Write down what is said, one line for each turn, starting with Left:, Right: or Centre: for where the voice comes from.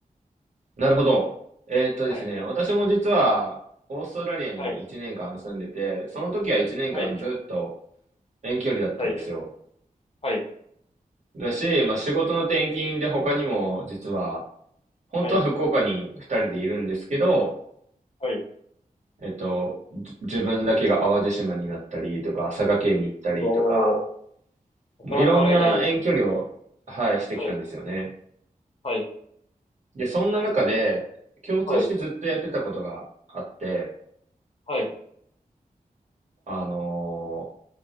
Right: なるほど。えーっとですね、
Left: はい。
Right: 私も実は、オーストラリアに1年間住んでて、
Left: はい。
Right: その時は1年間ずっと
Left: はい。
Right: 遠距離だったんですよ。
Left: はい。はい。
Right: だし、まあ、仕事の転勤で他にも実は、本当は福岡に二人でいるんですけど、
Left: はい。はい。
Right: えっと、じ自分だけが淡路島になったりとか、佐賀県に行ったりとか、
Left: おー、なかなか会えないですね。
Right: もういろんな遠距離を、はい、してきたんですよね。
Left: はい。はい。
Right: で、そんな中で、共通してずっとやってたことがあって、
Left: はい。はい。
Right: あの